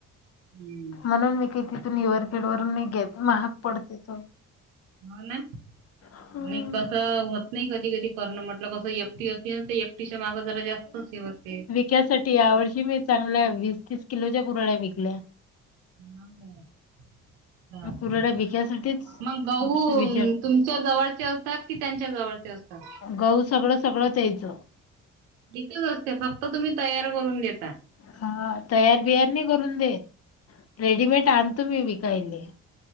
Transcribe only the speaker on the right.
हम्म.
होना <unintelligible>
नाही कसं होत नाही कधी, कधी करणं म्हटलं कस एकटी असतील तर एक तिच्या मागं जरा जास्तच हे होते.
हाव काय बापरे
मग गहू
तुम तुमच्या जवळचे असतात कि त्यांच्या जवळचे असता?
दिथेच असते फक्त तुम्ही तयार करून देता.